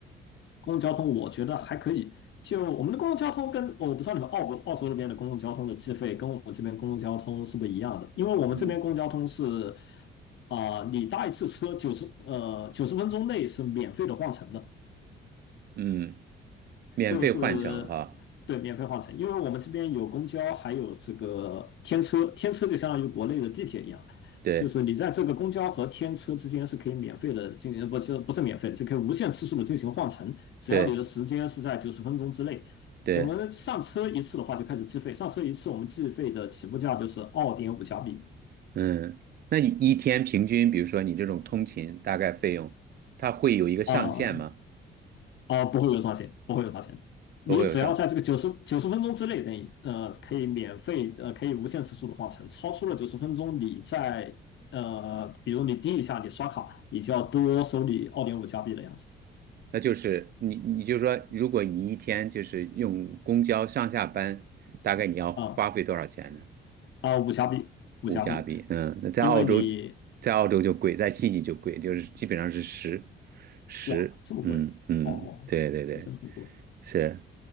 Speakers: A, on the left; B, on the right.
A: 公共交通我觉得还可以。就我们的公共交通跟哦我不知道你们澳澳洲那边的公共交通的计费跟我们这边公共交通是不是一样的？因为我们这边公共交通是
B: 嗯
A: 啊、你搭一次车九十呃九十分钟内是免费的换乘的。
B: 嗯，免费换乘哈，
A: 就是对免费换乘，因为我们这边有公交，还有这个天车，天车就相当于国内的地铁一样，
B: 对
A: 就是你在这个公交和天车之间是可以免费的进行，不是不是免费的，就可以无限次数的进行换乘，只要你的时间是在九十分钟之内。
B: 对对，
A: 我们上车一次的话就开始计费，上车一次我们计费的起步价就是二点五加币。
B: 嗯，那你一天平均，比如说你这种通勤大概费用，它会有一个上限吗？
A: 啊、啊，不会有上钱，不会有上钱。
B: 不会有上，
A: 你只要在这个九十九十分钟之内内，呃，可以免费，呃，可以无限次数的换乘。超出了九十分钟，你在呃，比如你滴一下，你刷卡，你就要多收你二点五加币的样子。
B: 那就是你你就说，如果你一天就是用公交上下班，大概你要花费多少钱呢？
A: 啊啊，五加币，五加币，
B: 物价比，嗯，那在澳洲，
A: 因为你
B: 在澳洲就贵，在悉尼就贵，就是基本上是十，十，
A: 哇这么贵哦，
B: 嗯嗯，对对对，
A: 真的很贵，
B: 是，